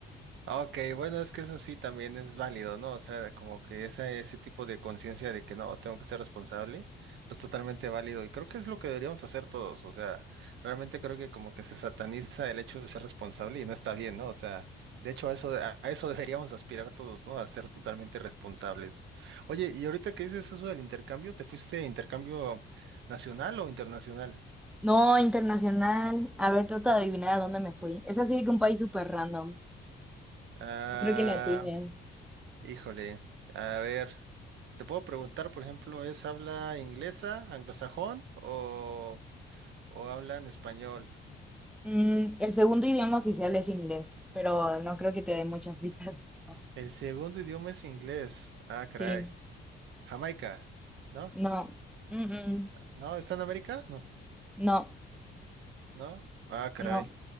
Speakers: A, on the right; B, in the centre.
A: Ok, bueno, es que eso sí también es válido, ¿no? O sea, como que ese ese tipo de conciencia de que no, tengo que ser responsable, pues totalmente válido. Y creo que es lo que deberíamos hacer todos. O sea, realmente creo que como que se sataniza el hecho de ser responsable y no está bien, ¿no? O sea, de hecho a eso, a a eso <laughs> deberíamos aspirar todos, ¿no? A ser totalmente responsables. Oye, y ahorita que dices eso del intercambio, ¿te fuiste intercambio nacional o internacional?
B: No, internacional. A ver, trata de adivinar a dónde me fui. Es así de que un país súper random.
A: Ah,
B: No creo que le atines.
A: Híjole, a ver, te puedo preguntar, por ejemplo, ¿es habla inglesa, anglosajón o, o habla en español?
B: Mm, el segundo idioma oficial es inglés, pero no creo que te dé muchas <laughs> vistas de eso.
A: El segundo idioma es inglés. Ah, caray.
B: Sí,
A: Jamaica, ¿no?
B: no, mm, mm,
A: ¿No? ¿Está en América? No,
B: no,
A: ¿no? Ah, caray.
B: no,